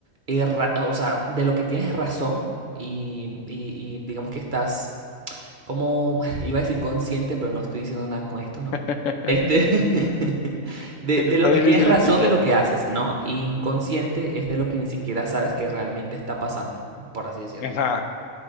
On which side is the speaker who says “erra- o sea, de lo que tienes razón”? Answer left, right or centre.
Right